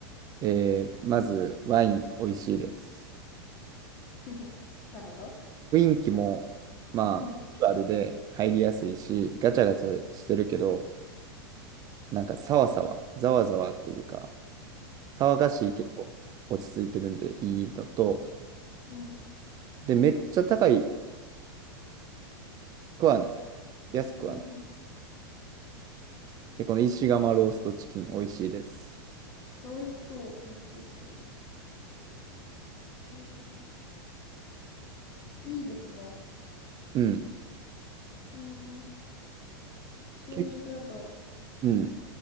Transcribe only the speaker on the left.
<laughs> なるほど。
うん、
うん、
うん、
うん。うん
美味しそう。めっちゃ美味しそう。へえ。いいですね。
うん。新宿だと